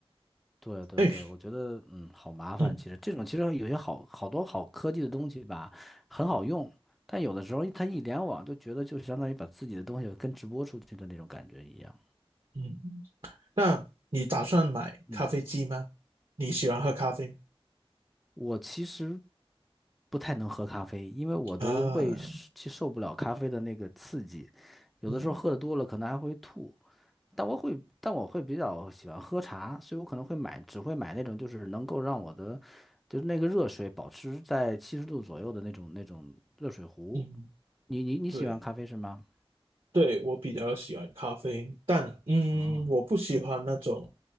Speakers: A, in the centre; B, on the right (about 55°).
A: 对对对，
B: 哎，
A: 我觉得嗯好麻烦。
B: 嗯
A: 其实这种其实有些好好多好科技的东西吧，很好用，但有的时候它一联网就觉得就相当于把自己的东西跟直播出去的那种感觉一样。
B: 嗯。那你打算买咖啡机吗？
A: 嗯。
B: 你喜欢喝咖啡
A: 我其实不太能喝咖啡，因为我的胃是其实受不了咖啡的那个刺激，
B: 啊？
A: 有的时候喝的多了可能还会吐。
B: 嗯
A: 但我会，但我会比较喜欢喝茶，所以我可能会买，只会买那种就是能够让我的，就是那个热水保持在七十度左右的那种那种热水壶。
B: 嗯，
A: 你你你喜欢咖啡是吗？
B: 对对，我比较喜欢咖啡，但嗯，
A: 嗯，
B: 我不喜欢那种